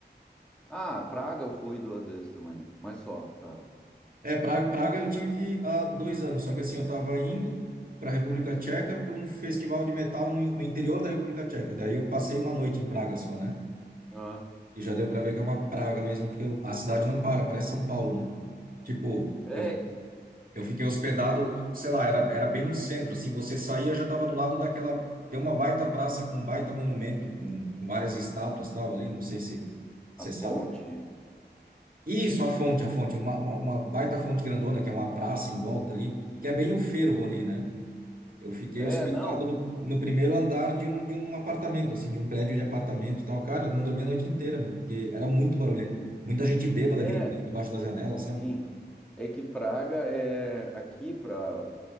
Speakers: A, in the centre; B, on the right.
A: Ah, Praga eu fui duas vezes também, mas só. É.
B: É, Praga, Praga eu tive há dois anos, só que assim, eu tava indo para a República Tcheca para um festival de metal no, no interior da República Tcheca, daí eu passei uma noite em Praga só, né?
A: Ah,
B: E já deu pra ver que é uma praga mesmo, porque eu- a cidade não para, parece São Paulo, né? Tipo,
A: é,
B: eu, eu fiquei hospedado, sei lá, era, era bem no centro, assim, você saía, já tava do lado daquela. Tem uma baita praça com um baita monumento, com, com várias estátuas tal ali, não sei se você
A: a ponte?
B: sabe. Isso, a fonte, a fonte, uma, uma, uma baita fonte grandona, que é uma praça em volta ali, que é bem o fervo ali, né? Eu fiquei
A: É,
B: hospedado
A: não,
B: no, no primeiro andar de um, de um apartamento, assim, de um prédio de apartamento e tal. Cara, eu não dormi a noite inteira, meu, porque era muito barulhento. Muita gente bêbada
A: é,
B: gritando embaixo da janela, sabe?
A: sim. É que Praga é aqui para